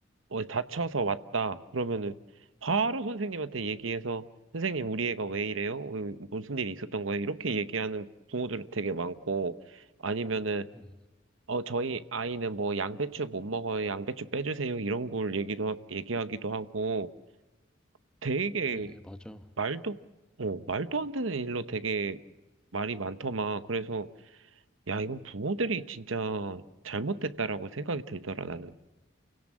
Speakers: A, on the right; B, in the centre.
A: 어, 다쳐서 왔다. 그러면은, 바로 선생님한테 얘기해서, 선생님, 우리 애가 왜 이래요? 왜- 무슨 일이 있었던 거예요? 이렇게 얘기하는 부모들 되게 많고, 아니면은,
B: 그래,
A: 어, 저희 아이는 뭐 양배추 못 먹어요. 양배추 빼주세요. 이런 걸 얘기도, 하- 얘기하기도 하고 되게
B: 그래, 맞아.
A: 말도, 어, 말도 안 되는 일로 되게 말이 많더만. 그래서 야, 이건 부모들이 진짜 잘못됐다라고 생각이 들더라, 나는.